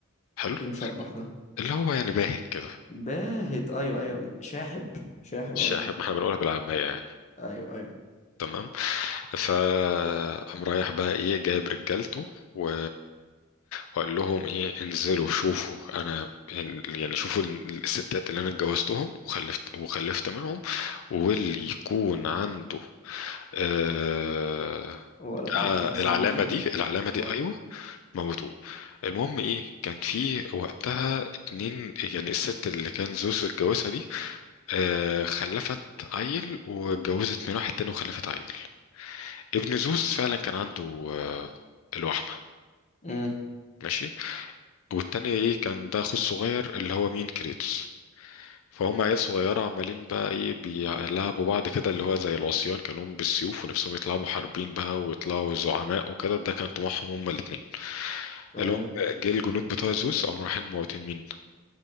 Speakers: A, on the left; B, on the left.
A: حلو
B: ايه مشبح ده
A: اللي هو يعني باهت كده
B: باهت ايوه ايوه شاحب شاحب
A: الشاحب
B: قصدك
A: ما احنا بنقولها بالعامية يعني
B: ايوه ايوه
A: تمام فقام رايح بقى ايه جايب رجالته و... وقال لهم ايه انزلوا شوفوا انا يعني شوفوا الستات اللي انا اتجوزتهم وخلفت وخلفت منهم واللي يكون عنده آه...
B: ولد بالتفاصيل
A: آه العلامة
B: دي
A: دي العلامة دي
B: اه
A: ايوه موتوه المهم ايه كان في وقتها اتنين يعني الست اللي كان زوز اتجوزها دي آه، خلفت عيل واتجوزت من واحد تاني وخلفت عيل ابن زوس فعلا كان عنده آه، الوحمة
B: امم
A: ماشي والتاني ايه كان ده اخوه الصغير اللي هو مين كريتوس فهم عيال صغيرة عمالين بقى ايه بيلعبوا بعض كده اللي هو زي العصيان كانوا بالسيوف ونفسهم يطلعوا محاربين بقى ويطلعوا زعماء وكده ده كان طموحهم هما الاتنين
B: تمام
A: اللي هم جه الجنود بتوع زوس قاموا رايحين موتين مين